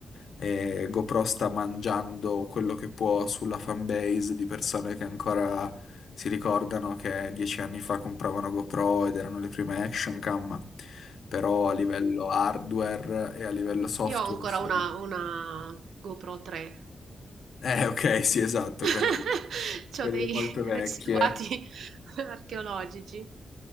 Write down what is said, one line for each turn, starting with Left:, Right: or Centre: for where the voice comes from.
Left: e GoPro sta mangiando quello che può sulla fanbase di persone che ancora si ricordano che dieci anni fa compravano GoPro ed erano le prime action cam, però a livello hardware e a livello software
Right: Io ho ancora
Left: sono...
Right: una, una GoPro 3.
Left: Eh, ok, sì, esatto,
Right: <laughs>
Left: quelle,
Right: C'ho
Left: quelle
Right: dei
Left: molto
Right: <laughs>
Left: vecchie.
Right: residuati <laughs> archeologici.